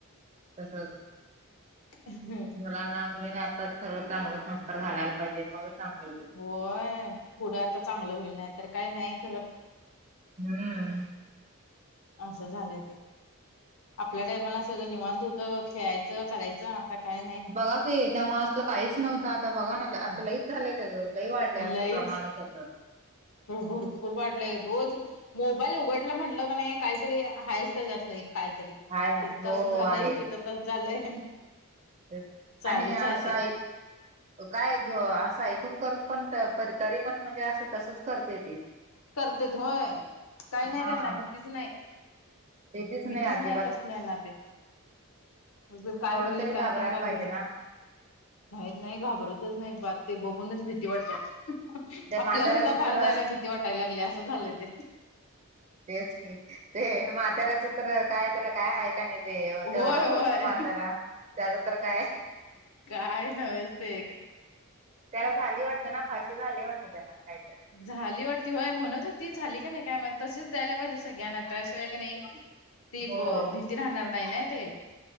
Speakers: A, on the right (about 30°); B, on the left (about 70°).
A: तसंच
B: हम्
A: मुलांना मुलीने आता सगळं चांगलं संस्कार घायला पाहिजे मग चांगले
B: होय पुढं आता चांगलं होईल नाही तर काही नाही खरं
A: हम्म
B: असं झालंय ते आपल्या टाइमाला सगळं निवध होत खेळायचं करायचं आता काय
A: बघा का तेव अस काहीच नव्हतं आता बघा ना
B: नाही
A: आता लईच झालंय त्याचं लय वाढले असं
B: लईच
A: प्रमाण त्याचं
B: भरपूर वाढलंय रोज मोबाईल उघडला म्हटलं का नाही काहीतरी हाय एक काहीतरी
A: हाय
B: तथ
A: हो
B: असं झालंय
A: हो आहे.
B: तिथं तच झालंय
A: तेच
B: चालूच
A: आणि असं
B: आहे ते
A: ऐक काय घ असं ऐकून करून पण तरी पण म्हणजे असं तसच करते ती
B: करतेेत होय काही
A: हा
B: नाही त्यांना भीतीच नाही
A: तेथीच नाही
B: भीतीच
A: अजिबात
B: नाहीत असल्याना ते र काय
A: थोडं
B: होईल
A: तरी
B: काय
A: घाबरायला
B: नाही काय
A: पाहिजे
B: घेतल
A: ना.
B: नाहीत नाही घाबरतच नाहीत बात ते बघूनच भीती वाटतात
A: त्या
B: आपल्याला
A: म्हाताऱ्याच
B: सुद्धा बाहेर
A: तर
B: जायला भीती वाटायला लागली असं झालंय ते
A: तेच की ते माथ्यारा्याचं तर काय त्याला काय आहेय का नाही देव
B: होय
A: तेवढं
B: होय
A: मोठ म्हातारा त्याच तर काय
B: काय न्च ते
A: त्याला झाली वाटतें ना फाशी झाली वाटते त्याला कायतरी
B: झाली वाटती होय म्हणत होती झाली का नाही काय म तसेच द्यायला पाहिजे सगळ्यांना आता अशिवाय काी नाही ती
A: हो
B: ब भीती राहणार नाही ना ते